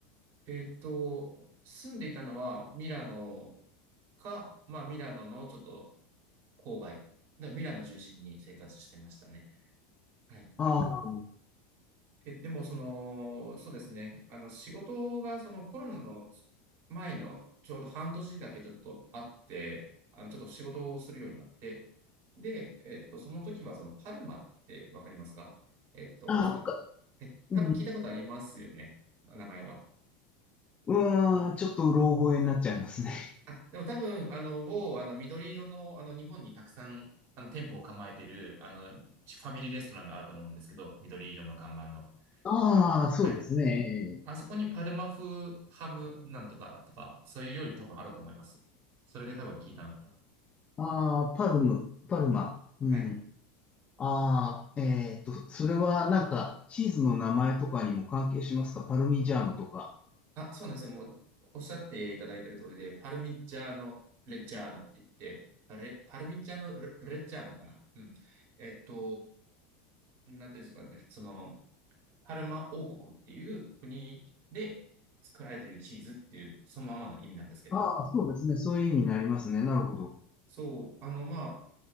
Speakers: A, on the right; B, on the left.
A: えっと、住んでいたのはミラノか、まあミラノのちょっと郊外、でミラノ中心に生活してましたね。はい。
B: ああ
A: え、でもその、そうですね。あの、仕事がそのコロナの前のちょうど半年だけちょっとあって、あの、ちょっと仕事をするようになって、で、えっと、その時はそのパルマってわかりますかえっと、
B: ああ、
A: ち
B: わか
A: え、
B: うん、
A: 多分聞いたことありますよね。名前は。
B: うーん、ちょっとうろ覚えになっちゃいますね。
A: あ、でも多分、あの、某、あの、緑色の、あの、日本にたくさん、あの、店舗を構えてる、あの、ファミリーレストランがあると思うんですけど、緑色の看板の。
B: <laughs> ああ、
A: あ、
B: そうですね。
A: はい。あそこにパルマ風ハムなんとかとか、そういう料理多分あると思います。それで多分聞いたのかな。
B: ああ、パルム、パルマ。うん。
A: はい。
B: ああ、えっと、それはなんか、チーズの名前とかにも関係しますかパルミジャーノとか。
A: あ、そうなんですよ。もう、おっしゃっていただいてる通りで、パルミッジャーノ・レッジャーノって言って、あれ、パルミッジャーノ・レレッジャーノかな。うん。えっと、なんていうんですかね、その、パルマ王国っていう国で作られているチーズっていう、そのままの意味なんですけど、
B: ああ、そうですね。そういう意味になりますね。なるほど。
A: そう、あの、まあ、